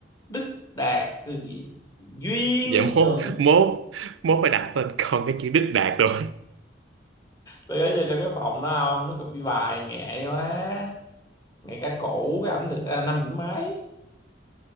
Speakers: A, on the left; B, on the right.
A: đức đạt rồi gì? duyên
B: dạ mốt
A: rồi
B: mốt mốt phải đặt tên con cái chữ Đức Đạt rồi
A: tôi gửi cho, cho cái phòng đó ông nó copy bài nghệ quá nghệ cả cũ cái ảnh được à, năm điểm mấy